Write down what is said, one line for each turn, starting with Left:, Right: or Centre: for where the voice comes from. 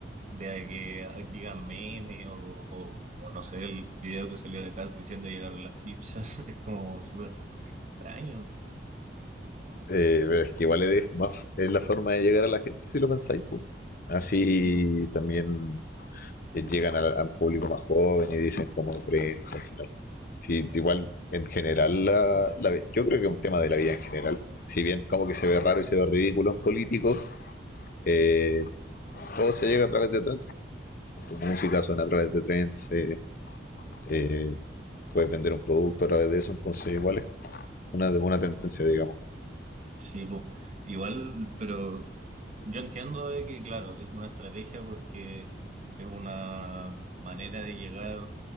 Right: de que digan meme o, o como, no sé, el video que salió de Cass diciendo llegaron las pizzas, <laughs> es como súper extraño.
Left: Eh, pero es que igual es, más, es la forma de llegar a la gente, si lo pensáis, pues. Así
Right: Y-
Left: también eh, llegan al, al público más joven y dicen como Friends al final. Sí, igual en general, la, la- yo creo que es un tema de la vida en general. Si bien como que se ve raro y se ve ridículo en político, eh, todo se llega a través de trends. po. Tu música suena a través de trends, eh, eh, puedes vender un producto a través de eso, entonces igual es una, una tendencia, digamos.
Right: Sí, po. Igual, pero Yo entiendo de que, claro, es una estrategia porque es una manera de llegar